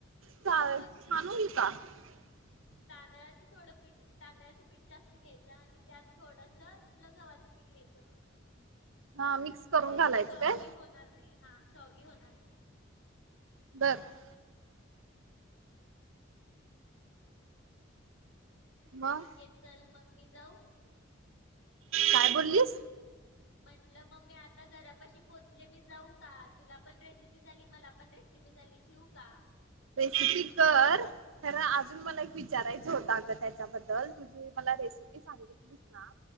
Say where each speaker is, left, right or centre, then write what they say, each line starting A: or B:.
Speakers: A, on the left; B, on the right.
A: सॉगी
B: चालेल
A: होत नाही.
B: छान होईल <unintelligible>
A: तांदळाचं थोडं पीठ, तांदळाचं पीठ जास्त घ्यायचं आणि त्यात थोडसं तुला गव्हाचं पीठ घ्यायंच मिक्स
B: <inaudible> मिक्स
A: म्हणजे
B: करून घालायचं
A: ते सॉगी
B: काय?
A: होणार नाही, हा सॉगी होणार नाही.
B: <inaudible> मग
A: ठीक हे, चल मग मी जाऊ?
B: काय बोललीस?
A: म्हटलं मग मी आता घरापाशी पोचले मी जाऊ का? तुला पण रेसिपी झाली मला पण रेसीपी झाली. येऊ का?
B: रेसिपी कर. खर अजून मला एक विचारायचं होत अगं त्याच्या बद्दल तु जे मला रेसिपी सांगीतलीस ह